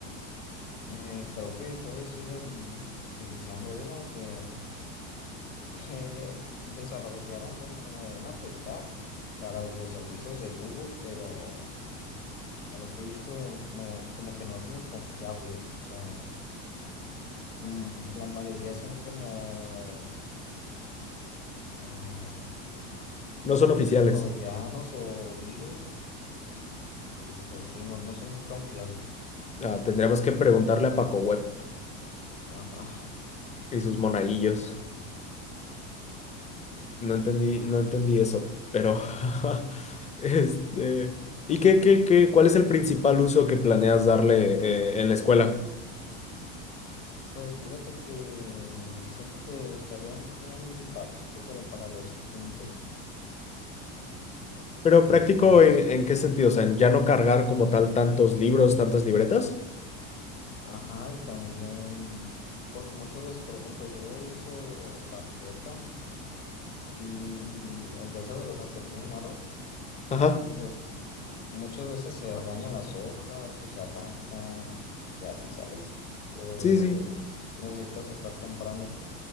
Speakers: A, on the left; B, on the left.
A: eh, creo que todavía siguen utilizando eso, aunque <laughs> eh, desarrollaron como una APK para los servicios de Google, pero a lo que he visto como, como que no es muy confiable. O sea, mm, la mayoría son como... ah,
B: No son oficiales.
A: troyanos o virus Y pues sí, no, no son muy confiables.
B: Ah, tendremos que preguntarle a Paco Web
A: Ajá.
B: y sus monaguillos. No entendí, no entendí eso, pero <laughs> este, ¿y qué, qué, qué, cuál es el principal uso que planeas darle eh, en la escuela?
A: Pues fíjate que siento que estaría muy práctico como para los apuntes.
B: Pero
A: Este,
B: práctico
A: no sé,
B: en, en qué sentido, o sea, en ya no cargar como tal tantos libros, tantas libretas.
A: ajá, y también, porque muchas veces, por ejemplo, yo uso carpeta y de esas de las que tienen aro,
B: Ajá.
A: y pues muchas veces se dañan las hojas o se arrancan y así, ¿sabes? O
B: Sí, sí.
A: necesitas estar comprando